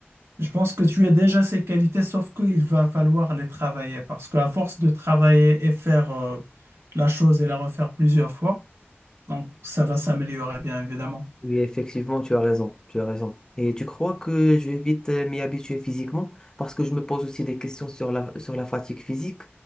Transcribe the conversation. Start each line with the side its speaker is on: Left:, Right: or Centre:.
Right: Je pense que tu as déjà ces qualités, sauf qu'il va falloir les travailler, parce qu'à force de travailler et faire euh, la chose et la refaire plusieurs fois, donc ça va s'améliorer, bien évidemment.
Left: Oui, effectivement, tu as raison, tu as raison. Et tu crois que je vais vite euh, m'y habituer physiquement? Parce que je me pose aussi des questions sur la, sur la fatigue physique.